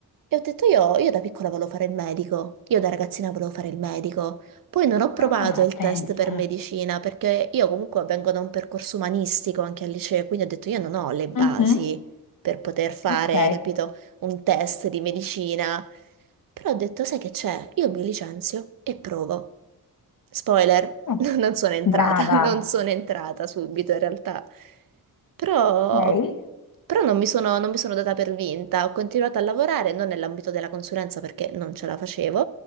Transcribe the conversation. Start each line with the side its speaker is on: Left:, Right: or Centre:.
Right: E ho detto io, io da piccola volevo fare il medico, io da ragazzina volevo fare il medico, poi non ho provato
Left: Ah,
Right: il
Left: pensa.
Right: test per medicina perché io comunque vengo da un percorso umanistico anche al liceo, quindi ho detto io non ho le basi
Left: mhm,
Right: per poter fare,
Left: Ok,
Right: capito, un test di medicina, però ho detto sai che c'è, io mi licenzio e provo. Spoiler,
Left: Ah,
Right: <laughs> non sono entrata,
Left: brava.
Right: non sono entrata subito in realtà. Però,
Left: Ok,
Right: però non mi sono, non mi sono data per vinta, ho continuato a lavorare, non nell'ambito della consulenza perché non ce la facevo,